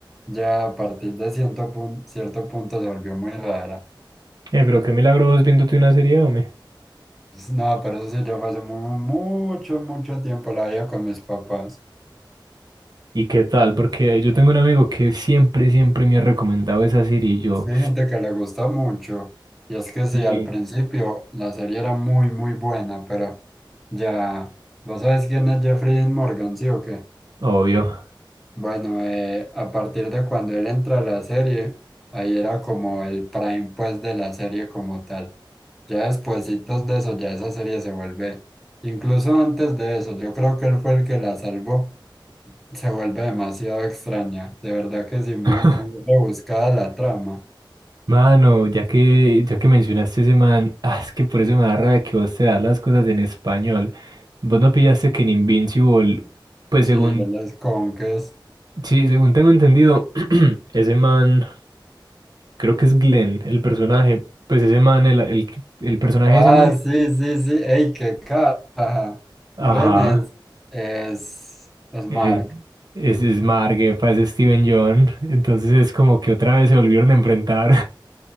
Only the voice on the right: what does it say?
Eh, pero qué milagro vos viéndote una serie, hombre.
¿Y qué tal? Porque yo tengo un amigo que siempre, siempre me ha recomendado esa serie y yo,
sí,
obvio.
<laughs>
Mano, ya que, ya que mencionaste ese man, ah, es que por eso me da rabia que vos te das las cosas en español. Vos no pillaste que en Invincible, pues
según,
sí, según tengo entendido, <clears throat> ese man, creo que es Glenn, el personaje, pues ese man, el, el, el personaje
de ese man,
ajá,
eh, es, es Marguefa, es Steven John, entonces es como que otra vez se volvieron a enfrentar,